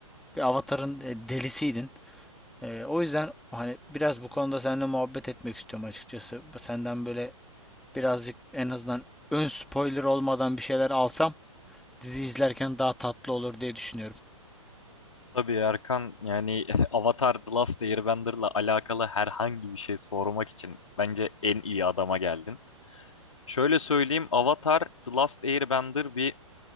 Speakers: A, in the centre; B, on the left.
A: Bir avatarın e, delisiydin. Ee, o yüzden hani biraz bu konuda seninle muhabbet etmek istiyorum açıkçası. Senden böyle birazcık en azından ön spoiler olmadan bir şeyler alsam dizi izlerken daha tatlı olur diye düşünüyorum.
B: Tabii Erkan yani <laughs> Avatar The Last Airbender'la alakalı herhangi bir şey sormak için bence en iyi adama geldin. Şöyle söyleyeyim Avatar The Last Airbender bir